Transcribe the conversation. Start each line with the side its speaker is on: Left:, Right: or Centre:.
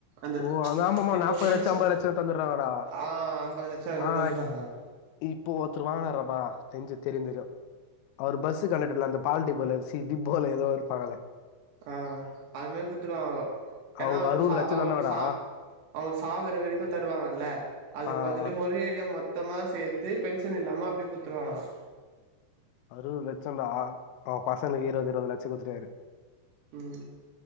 Right: அந்த
Left: ஓ ஆமா- ஆமாமா
Right: இப்போ
Left: நாப்பது
Right: பென்ஷன்
Left: லட்சோ ஐம்பது லட்சோ தந்துடுறாங்கடா
Right: ஆ அம்பது லட்சம் என்னமோ
Left: ஆ
Right: தந்துடுவாங்கலாம்
Left: இப்போ ஒருத்தர் வாங்கினறபா நெஞ்சு திருதிரும் அவர் பஸ்ஸூ கண்டக்டர்ல அந்த பால் டிப்போல சி டிப்போல ஏதோ இருபாங்கல
Right: ஆ அது மாதிரி குத்துடுவாங்க ஏன்னா
Left: அவருக்கு அறுபது
Right: ச
Left: லட்சோ
Right: அவங்களுக்கு
Left: தந்தாங்கடா
Right: சா
Left: ஆ
Right: அவங்களுக்கு சாகிற வரைக்கு தருவாங்கல்ல அதுக்கு
Left: ஆ
Right: பதில ஒரேடியா மொத்த சுத்தமா சேர்த்து பென்ஷன் இல்லாம அப்படியே குடுத்துருவாங்கலா
Left: அறுவது லட்சம்டா அவ பசங்களுக்கு இருபது இருபது லட்சம் குடுத்துட்டாரு
Right: உம்